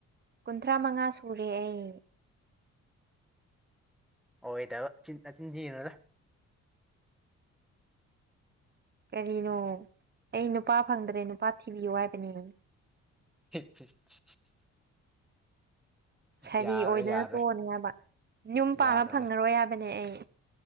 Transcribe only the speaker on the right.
ꯀꯨꯟꯊ꯭ꯔꯥ ꯃꯉꯥ ꯁꯨꯔꯦ ꯑꯩ
ꯀꯔꯤꯅꯣ ꯑꯩ ꯅꯨꯄꯥ ꯐꯪꯗ꯭ꯔꯦ ꯅꯨꯄꯥ ꯊꯤꯕꯤꯌꯨ ꯍꯥꯏꯕꯅꯤ
ꯁꯥꯔꯤ
ꯑꯣꯏꯗꯅ
ꯇꯣꯛꯑꯅꯤ ꯍꯥꯏꯕ ꯌꯨꯝ ꯄꯥꯟꯕ
ꯐꯪꯉꯔꯣꯏ ꯍꯥꯏꯕꯅꯦ ꯑꯩ